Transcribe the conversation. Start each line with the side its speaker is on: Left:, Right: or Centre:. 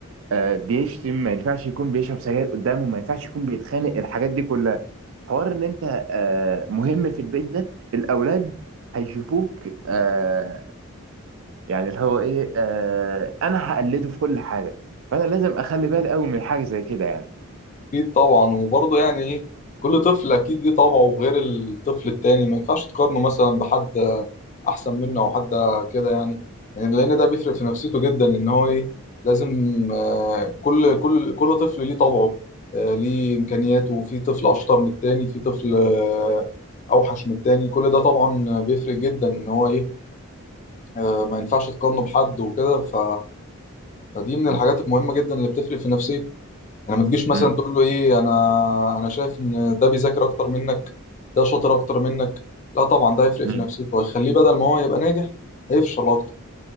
Right: آه، بيشتم ما ينفعش يكون بيشرب سجاير قدامه ما ينفعش يكون بيتخانق الحاجات دي كلها حوار ان انت آه، مهم في البيت ده الاولاد هيشوفوك آه، يعني اللي هو ايه آه، انا هقلده في كل حاجه فانا لازم اخلي بالي قوي من حاجه زي كده يعني
Left: اكيد طبعا وبرضه يعني ايه كل طفل اكيد ليه طبعه غير الطفل التاني ما ينفعش تقارنه مثلا بحد احسن منه او حد كده يعني يعني لان ده بيفرق في نفسيته جدا ان هو ايه لازم آه، كل كل كل طفل ليه طبعه آه، ليه امكانياته في طفل اشطر من التاني في طفل آه، اوحش من التاني كل ده طبعا بيفرق جدا ان هو ايه آه، ما ينفعش تقارنه بحد وكده ف فدي من الحاجات
Right: م-
Left: المهمة جدا اللي بتفرق في نفسية يعني ما تجيش مثلا
Right: م-
Left: تقول له ايه انا انا شايف ان ده بيذاكر اكتر منك ده شاطر اكتر منك لا طبعا ده هيفرق
Right: م-
Left: في نفسيته وهيخليه بدل ما هو يبقى ناجح هيفشل اكتر